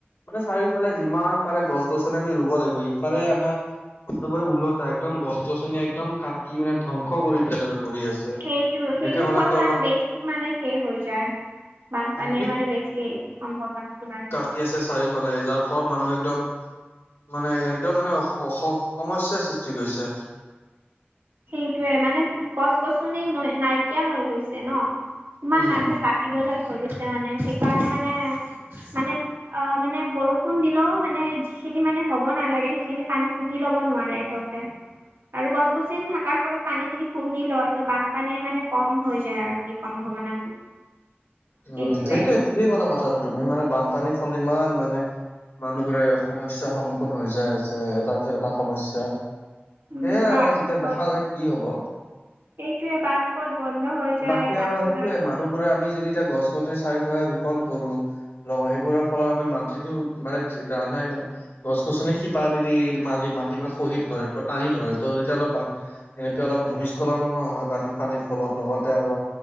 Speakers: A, on the left (about 80°); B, on the right (about 75°).
A: মানে চাৰিও ইফালে যিমান পাৰে গছ-গছনি আমি ৰুব লাগিব, ইফালে আমাৰ, একেবাৰে উলটা একদম গছ-গছনি একদম কাটি মানে ধ্বংস কৰি দিয়ে আৰু কৰি আছে।
B: সেইটো
A: এনেকে
B: সেইটোৰ
A: হলেতো
B: ফলত আৰু বেছি মানে শেষ হৈ যায়। বানপানীৰ
A: উম
B: মানে বেছি, সম্ভাৱনাটো বাঢ়ি
A: কি আছে চাৰিওফালে যাৰ ফলত মানুহ একদম। মানে একদম মানে স সমস্যাৰ সৃষ্টি কৰিছে।
B: সেইটোয়ে মানে গছ-গছনি ন‌ই নাইকিয়া হৈ গৈছে ন' ইমান
A: উম
B: মানুহে কাটি টিবলৈ ধৰিছে মানে সেইকাৰণে মানে মানে। অ' মানে বৰষুণ দিলেও মানে যিখিনি মানে হ'ব নালাগে, সেইখিনি পানী শুহি ল'ব নোৱাৰে। যতে আৰু গছ। গছনি থকাৰ ফলত পানী খিনি শুহি লয় ত' বানপানীৰ মানে কম হৈ যায় আৰু কি সম্ভাৱনাটো।
A: উম,
B: সেইটোৱে
A: সেইটোয়ে ঠিকেই কলা কথাটো তুমি মানে বানপানীৰ ফলত ইমান মানে। মানুহবোৰে সমস্যা সন্মুখীন হৈ যাই আছে এটাৰ পিছত এটা সমস্যা।
B: উম
A: সেইয়াই
B: বাট
A: আৰু যেতিয়া
B: পথ
A: দেখা যায় কি হ'ব।
B: সেইটোৱে বাট পথ বন্ধ হৈ যায়
A: বাকী
B: তাৰপিছত
A: আৰু সেইটোয়ে মানুহবোৰে আমি যদি। এতিয়া গছ-গোটে চাৰিফালে ৰোপন কৰো। লগৰি বোৰৰ ফলত আমি মাটিটো মানে ধাৰণা নাই মানে গছ গছনি শিপা মেলি মাটিবিলাক খহি ধৰে টানি ধৰে ত তেতিয়া অলপ। এনেকে অলপ ভূমিস্খলনো হয় বানন পানীৰ ফলত লগতে আৰু